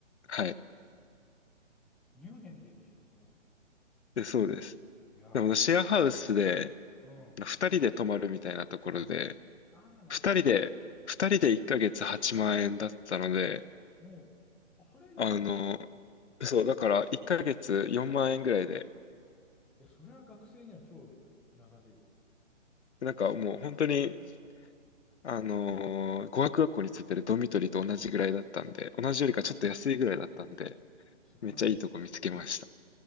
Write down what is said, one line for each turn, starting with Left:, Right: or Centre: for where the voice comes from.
Left: はい。
Centre: ミュンヘンででしょうね。
Left: で、そうです。
Centre: いやー、
Left: でも、シェアハウスで、
Centre: うん。
Left: 2人で泊まるみたいなところで、
Centre: ああ、なるほど、
Left: 2人で、
Centre: なるほど。
Left: 2人で1ヶ月8万円だったので、
Centre: うん。あ、それいいんじゃん、
Left: あの、
Centre: まず。い
Left: そう、だから1ヶ月4万円ぐらいで、
Centre: や、それは学生には超優しい。
Left: なんかもう本当に、あのー語学学校についてるドミトリーと同じぐらいだったんで、同じよりかちょっと安いぐらいだったんで、
Centre: わ、素晴らしい。
Left: めっちゃいいとこ見つけました。